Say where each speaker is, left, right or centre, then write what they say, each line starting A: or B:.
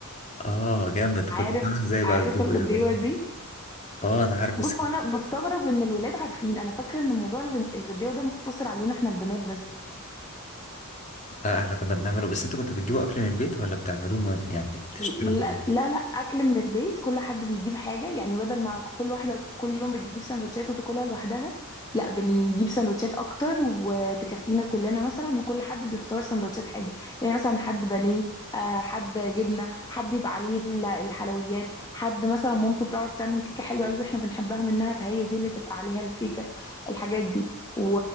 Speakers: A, on the left; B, on the left.
A: اه جامد كنت
B: عارف
A: بتعملي ازاي بقى
B: عارف
A: بتجيبوا
B: الغديوه
A: ايه وكده
B: دي
A: اه انا عارف بس
B: بص
A: كنت
B: هو انا بستغرب ان الولاد عارفين انا فاكره ان موضوع الغ- الغداوه ده مقتصر علينا احنا البنات بس
A: اه احنا كنا بنعمله بس انتوا كنتوا بتجيبوا اكل من البيت ولا بتعملوه من- يعني بتشتروا
B: لا
A: من-
B: لا لا اكل من البيت كل حد بيجيب حاجه يعني بدل ما كل واحده كل يوم بتجيب سندوتشات وتاكلها لوحدها لا بنجيب سندوتشات اكتر وتكفينا كلنا مثلا وكل حد بيختار سندوتشات حاجه يعني مثلا حد بانيه آه، حد جبنه حد يبقى عليه ال- الحلويات حد مثلا مامته بتعرف تعمل كيكه حلوه قوي واحنا بنحبها منها فهي دي اللي تبقى عليها الكيكه الحاجات دي و...